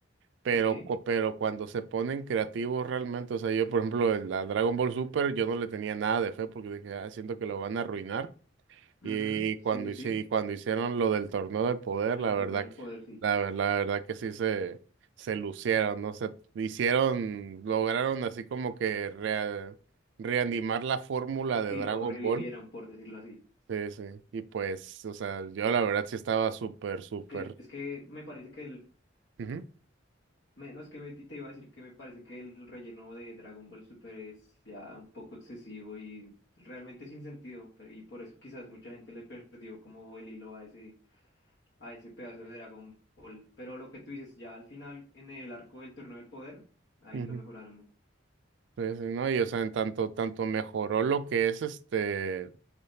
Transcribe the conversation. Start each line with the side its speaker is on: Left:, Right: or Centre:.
Right: pero,
Left: Sí,
Right: cu- pero cuando se ponen creativos realmente, o sea, yo por ejemplo, en la Dragon Ball Super, yo no le tenía nada de fe porque dije, ah, siento que lo van a arruinar.
Left: ujú,
Right: Y cuando,
Left: Sí, sí,
Right: hice-
Left: sí. Bueno,
Right: y cuando hicieron lo del torneo del poder,
Left: El
Right: la verdad
Left: torneo del
Right: que,
Left: claro. poder, sí.
Right: la, ver- la verdad que sí se, se lucieron, ¿no? Se hicieron, lograron así como que rea- reanimar la fórmula de
Left: Sí,
Right: Dragon
Left: lo revivieron,
Right: Ball.
Left: por decirlo así.
Right: Sí, sí. Y pues, o sea, yo la verdad sí estaba súper, súper.
Left: Que es que me parece que el.
Right: ujú,
Left: me- no, es que me- te iba a decir que me parece que el relleno de Dragon Ball Super es ya un poco excesivo y realmente sin sentido. Pero, y por eso quizás mucha gente le perdió como el hilo a ese. a ese pedazo de Dragon Ball. Pero lo que tú dices, ya al final, en el arco del Torneo del Poder, ahí
Right: ujú.
Left: lo mejoraron mucho.
Right: Sí, sí, ¿no? Y o sea, en tanto, tanto mejoró lo que es este.